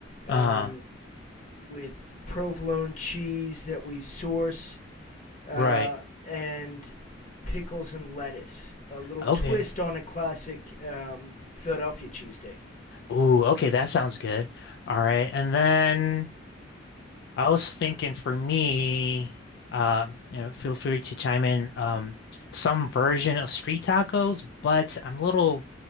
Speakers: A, on the left (about 40°); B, on the left (about 60°).
A: um,
B: Uh,
A: with provolone cheese that we source uh,
B: right.
A: and pickles and lettuce. A little
B: Okay.
A: twist on a classic um, Philadelphia cheesesteak.
B: Ooh, okay, that sounds good. All right. And then I was thinking for me, um, you know, feel free to chime in, um, some version of street tacos, but I'm a little